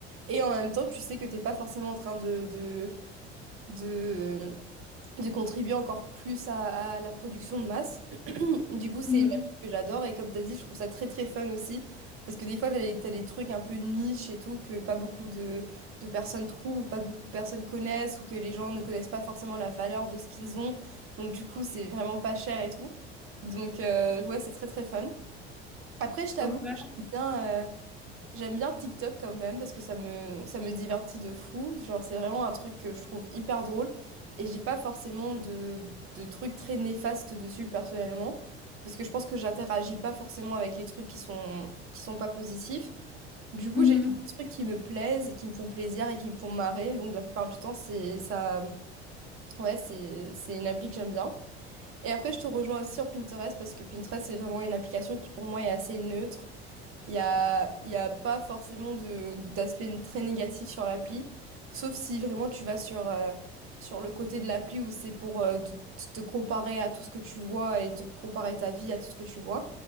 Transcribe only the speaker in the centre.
Mhm.
Ouais.
Mhm.